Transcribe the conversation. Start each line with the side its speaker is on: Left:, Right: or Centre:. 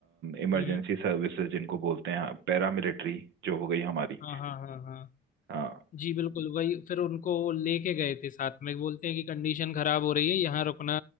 Right: इमरजेंसी
Left: हम्म
Right: सर्विसेज जिनको बोलते हैं पैरा मिलिट्री जो हो गई हमारी
Left: हाँ हाँ हाँ हाँ
Right: हाँ
Left: जी बिल्कुल वही फिर उनको वो लेके गए थे साथ में बोलते हैं कि कंडीशन खराब हो रही है यहाँ रुकना